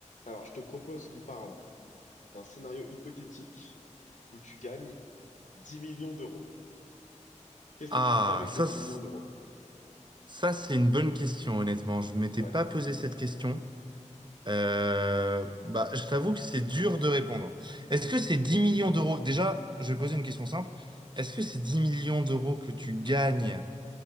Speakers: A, on the left; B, on the right.
A: Alors, je te propose qu'on parle d'un scénario hypothétique où tu gagnes 10 millions d'euros. Qu'est-ce
B: Ah,
A: que tu ferais avec ces
B: ça,
A: 10
B: c-
A: millions d'euros?
B: ça c'est une bonne question, honnêtement. Je m'étais
A: Ouais,
B: pas posé cette question. Euh, bah, je t'avoue que c'est dur de répondre. Est-ce que c'est dix
A: ok.
B: millions d'euros? Déjà, je vais poser une question simple. Est-ce que c'est 10 millions d'euros que tu gagnes,